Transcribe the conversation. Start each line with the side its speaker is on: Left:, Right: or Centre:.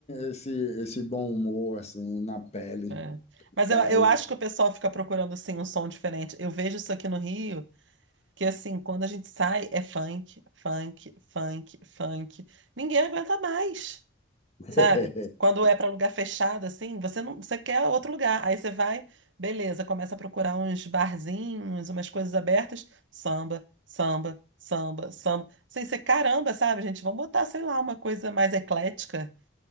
Left: esse, esse bom humor assim na pele.
Right: É. Mas
Left: Tá?
Right: eu, eu
Left: Ele,
Right: acho que o pessoal fica procurando, assim, um som diferente. Eu vejo isso aqui no Rio, que, assim, quando a gente sai, é funk, funk, funk, funk. Ninguém aguenta mais.
Left: <laughs>
Right: Sabe? Quando é para lugar fechado, assim, você não, você quer outro lugar. Aí você vai, beleza, começa a procurar uns barzinhos, umas coisas abertas, samba, samba, samba, samba. Sem ser caramba, sabe, gente? Vamos botar, sei lá, uma coisa mais eclética,